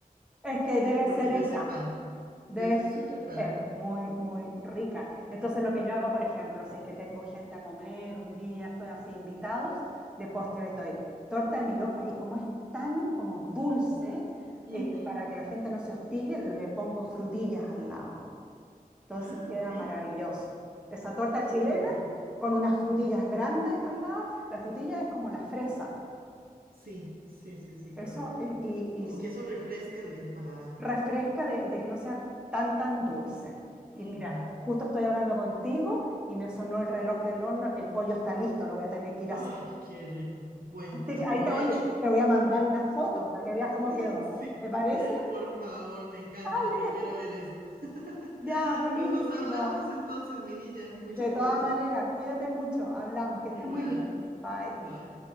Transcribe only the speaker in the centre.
Es que debe
ser esa,
debe
ser,
es muy, muy rica. Entonces lo que yo hago, por ejemplo, si es que tengo gente a comer un día, estoy así invitados, de postre les doy torta de mil hojas y como es tan como dulce, eh,
para que la gente no se hostigue, le pongo frutillas al lado. Entonces
queda
maravilloso. Esa torta
chilena
con unas frutillas grandes al lado, la frutilla es como la fresa.
Eso,
y, y- y
refresca de, de que no sea tan, tan dulce. Y
mira, justo estoy hablando contigo y me sonó el reloj del horno, el pollo está listo, lo voy a tener que ir
a hacer.
Así
que
ahí te voy, te voy a mandar una foto para que veas cómo
quedó.
¿Te parece?
Vale,
ya, buenísimo.
De
todas maneras, cuídate mucho, hablamos, que
estés muy bien. Bye.